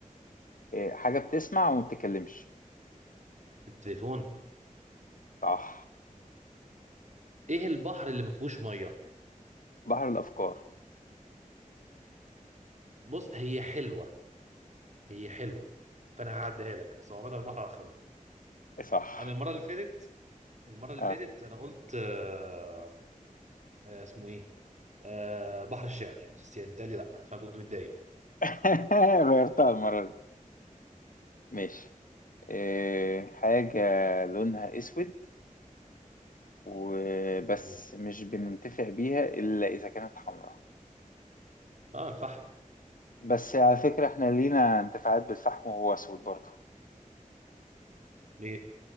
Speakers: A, on the left (about 80°); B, on the right (about 60°).
A: آه، حاجة بتسمع وما بتتكلمش
B: التليفون
A: صح
B: ايه البحر اللي ما فيهوش مية
A: بحر الأفكار
B: بص هي حلوة هي حلوة فانا هعديها لك بس هو عامة البحر على الخريطة
A: صح
B: انا المرة اللي فاتت المرة اللي
A: اه
B: فاتت انا قلت آه آه اسمه ايه آه بحر الشعر بس يعني اتقال لي لا فانا كنت متضايق
A: <laughs> غيرتها المرة دي ماشي آه، حاجة لونها أسود وبس
B: مم.
A: مش بننتفع بيها إلا إذا كانت حمراء
B: اه الفحم
A: بس على فكرة إحنا لينا انتفاعات بالفحم وهو أسود برضه
B: ليه؟